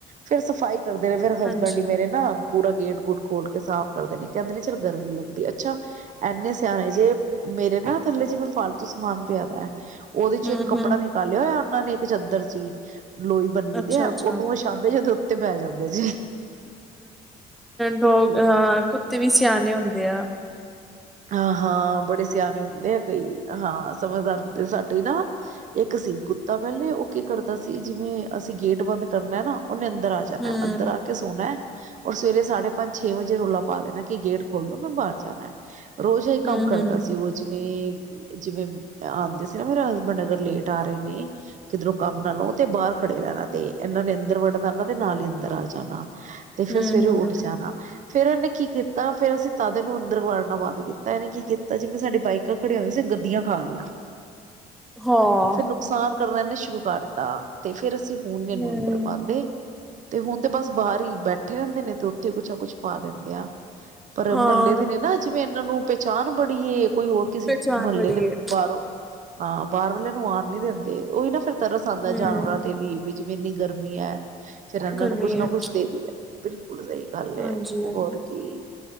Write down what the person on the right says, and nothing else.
ਫੇਰ ਸਫ਼ਾਈ ਕਰਦੇ ਨੇ ਫੇਿਰ
ਹਸਬੈਂਡ ਹੀ ਮੇਰੇ ਨਾ ਪੂਰਾ ਗੇਟ ਗੁਟ ਖੋਲ ਕੇ ਸਾਫ਼ ਕਰਦੇ ਨੇ, ਕਹਿੰਦੇ ਨੇ ਚੱਲ ਗਰਮੀ ਲੱਗਦੀ ਅੱਛਾ, ਐੰਨੇ ਸਿਆਣੇ ਜੇ ਮੇਰੇ ਨਾ ਥੱਲੇ ਜਿਵੇਂ ਫਾਲਤੂ ਸਮਾਨ ਪਿਆਦਾ ਐ ਉਹਦੇ
ਚ ਕੱਪੜਾ ਨ ਕਰ ਲਿਆ ਹੋਇਆ ਉਹਨਾਂ ਨੇ ਇੱਕ ਚਾਦਰ ਚੀ, ਲੋਈ ਬੰਨੀ
ਦੀ ਐ ਉਹਨੂੰ ਆਪੇ ਜਦੋਂ ਉੱਤੇ ਬੈਹ ਜਾਂਦੇ ਜੇ।
ਹਾਂ-ਹਾਂ, ਬੜੇ ਸਿਆਣੇ ਹੁੰਦੇ ਆ ਕਈ। ਹਾਂ ਸਮਝਦਾਰ ਹੁੰਦੇ ਸਾਡੇ ਨਾ, ਇੱਕ ਸੀ ਕੁੱਤਾ ਪੈਲੇ ਉਹ ਕੀ ਕਰਦਾ ਸੀ, ਜਿਵੇਂ ਅਸੀਂ ਗੇਟ ਬੰਦ ਕਰਨਾ ਨਾ, ਉਹਨੇ ਅੰਦਰ ਆ ਜਾਣਾ
ਅੰਦਰ ਆ ਕੇ ਕੇ ਸੋਣਾ ਔਰ ਸਵੇਰੇ ਸਾਢੇ ਪੰਜ-ਛੇ ਵਜੇ ਰੋਲਾ ਪਾ ਦੇਣਾ ਕਿ ਗੇਟ ਖੋਲ ਦੋ ਮੈਂ ਬਾਹਰ ਜਾਣਾ। ਰੋਜ਼ ਇਹ ਕੰਮ
ਕਰਦਾ ਸੀ ਉਹ ਜਿਵੇ ਜਿਵੇਂ ਆਂਦੇ ਸੀ ਨਾ ਮੇਰਾ ਹਸਬੈਂਡ ਅਗਰ ਲੇਟ ਆ ਰਹੇ ਨੇ ਕਿਧਰੋਂ ਕੰਮ ਨਾਲ ਲੋਂ ਤੇ ਬਾਹਰ ਖੜੇ ਰਹਿਣਾ ਤੇ ਇਹਨਾਂ ਨੇ ਅੰਦਰ ਵਢਨਾ ਨਾਂ ਇਨਾਂ ਦੇ ਨਾਲ ਹੀ ਅੰਦਰ ਆ ਜਾਣਾ ਤੇ ਫੇਰ
ਸਵੇਰੇ ਉੱਠ ਜਾਣਾ। ਫੇਰ ਇਹਨੇ ਕੀ ਕੀਤਾ ਫੇਰ ਅਸੀਂ ਤਦੇ ਨੂੰ ਅੰਦਰ ਵੜਨਾ ਬੰਦ ਕੀਤਾ। ਇਹਨੇ ਕੀ ਕੀਤਾ ਜਿਵੇਂ ਸਾਡੀ ਬਾਈਕ ਕ ਖੜੇ ਹੋਏ ਸੀ। ਗੱਦੀਆਂ ਖਾ ਗਿਆ
ਫਿਰ ਨੁਕਸਾਨ ਕਰਨਾ ਸ਼ੁਰੂ ਕਰਤਾ ਤੇ ਫੇਰ ਅਸੀਂ ਹੁਣ ਇਨੂੰ
ਅੰਦਰ ਪਾਂਦੇ। ਤੇ ਹੁਣ ਤੇ ਬਸ ਬਾਹਰ ਹੀ ਬੈਠੇ ਰਹਿੰਦੇ ਨੇ ਤੇ ਉੱਥੇ ਕੁਛ ਨਾ ਕੁਛ ਪਾ ਦਿੰਦੇ ਆ। ਪਰ
ਮਹੱਲੇ ਦੇ ਨੇ ਨਾ, ਜਿਵੇਂ ਇਹਨਾਂ ਨੂੰ ਪਹਿਚਾਣ ਬੜੀ ਐ, ਕੋਈ ਹੋਰ ਕਿਸੇ
ਮਹੱਲੇ
ਦੇ
ਬਾਹਰੋਂ ਹਾਂ ਬਾਹਰ ਵਾਲਿਆਂ ਨੂੰ ਆਣ ਨੀ ਦਿੰਦੇ ਉਹੀ ਨਾ ਫਿਰ ਤਰਸ ਆਂਦਾ
ਜਾਨਵਰਾਂ ਤੇ ਵੀ ਜਿਵੇਂ ਇੰਨੀ ਗਰਮੀ ਹੈ ਫੇਰ ਇਹਨਾਂ
ਨੂੰ ਕੁੱਛ ਨਾ
ਕੁੱਛ ਦੇ ਦਈਦਾ ਬਿਲਕੁਲ ਸਹੀ ਗੱਲ
ਐ, ਹੋਰ ਕੀ